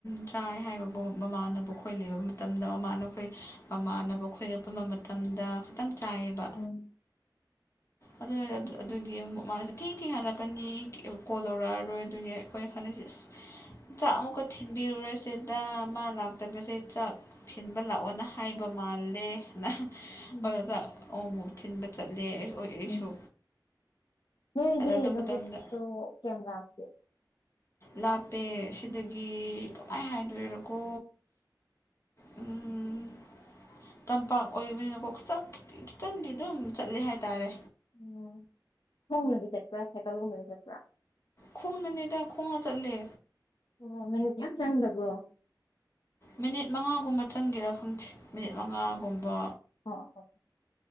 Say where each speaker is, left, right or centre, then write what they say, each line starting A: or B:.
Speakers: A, on the left; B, on the left.
A: ꯆꯥꯏ ꯍꯥꯏꯕ ꯕꯣꯛ ꯃꯃꯥꯟꯅꯕ ꯑꯩꯈꯣꯏ ꯂꯩꯕ ꯃꯇꯝꯗ ꯃꯃꯥꯟꯅꯕꯈꯣꯏ ꯃꯃꯥꯟꯅꯕ ꯑꯩꯈꯣꯏꯒ ꯄꯨꯟꯕ ꯃꯇꯝꯗ ꯈꯤꯇꯪ ꯆꯥꯥꯏꯑꯦꯕ
B: ꯎꯝ
A: ꯑꯗꯨ ꯑꯗꯨꯒꯤ ꯃꯥꯁꯦ ꯊꯦꯡ ꯊꯦꯡꯍꯜꯂꯛꯀꯅꯤ ꯀꯣꯜ ꯇꯧꯔꯛꯑꯔꯣꯏ ꯑꯗꯨꯒꯤ ꯑꯩꯈꯣꯏ ꯈꯜꯂꯤꯁꯦ ꯑꯁ ꯆꯥꯛ ꯑꯃꯨꯛꯀ ꯊꯤꯟꯕꯤꯔꯨꯔꯁꯦ ꯗ ꯃꯥ ꯂꯥꯛꯇꯕꯁꯦ ꯆꯥꯛ ꯊꯤꯟꯕ ꯂꯥꯛꯑꯣꯅ ꯍꯥꯏꯕ ꯃꯥꯜꯂꯦ ꯅꯍ
B: ꯎꯝ
A: ꯈꯣꯏꯗꯣ ꯑꯃꯨꯛ ꯃꯨꯛ ꯊꯤꯟꯕ ꯆꯠꯂꯦ ꯑꯩ ꯑꯩꯁꯨ
B: ꯎꯝ ꯅꯣꯏꯗꯤ
A: ꯑꯗ ꯑꯗꯨ
B: ꯂꯧꯕꯨꯛꯇꯣ
A: ꯃꯇꯝꯗ
B: ꯀꯌꯥꯝ ꯂꯥꯞꯀꯦ
A: ꯂꯥꯞꯄꯦ ꯁꯤꯗꯒꯤ ꯀꯃꯥꯏꯅ ꯍꯥꯏꯗꯣꯏꯔꯥꯀꯣ ꯎꯝ ꯇꯝꯄꯥꯛ ꯑꯣꯏꯕꯅꯤꯅꯀꯣ ꯈꯤꯇ ꯈꯤꯇꯪꯗꯤ ꯑꯗꯨꯝ ꯆꯠꯂꯦ ꯍꯥꯏꯇꯥꯔꯦ
B: ꯎꯝ ꯈꯣꯡꯅꯗꯤ ꯆꯠꯄ꯭ꯔꯥ ꯁꯥꯏꯀꯜꯒꯨꯝꯕꯗꯤ ꯆꯠꯄ꯭ꯔꯥ
A: ꯈꯣꯡꯅꯅꯦꯗ ꯈꯣꯡꯅ ꯆꯠꯂꯦ
B: ꯑꯣ ꯃꯅꯨꯡꯗꯤ ꯌꯥꯝ ꯆꯥꯡꯗꯕꯔꯣ
A: ꯃꯤꯅꯤꯠ ꯃꯉꯥꯒꯨꯝꯕ ꯆꯪꯒꯦꯔꯥ ꯈꯪꯗ꯭ꯦ ꯃꯤꯅꯤꯠ ꯃꯉꯥꯒꯨꯝꯕ
B: ꯍꯣ ꯍꯣ